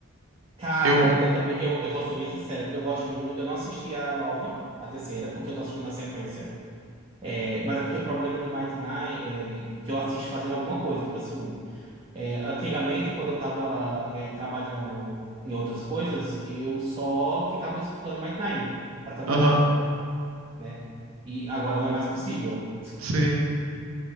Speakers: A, on the right; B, on the right.
A: Cara,
B: Eu.
A: eu também, eu, eu vou ser bem sincero, eu gosto muito, eu não assisti a nova, a terceira, porque eu tô assistindo na sequência, é, mas é porque o problema de Mighty Nine, é, de, de- que eu assisto fazendo alguma coisa, tipo assim, é, antigamente, quando eu tava, é, trabalhando em outras coisas, eu só ficava escutando Mighty Nine pra trabalhar,
B: Aham.
A: né, e agora não é mais possível,
B: Sim.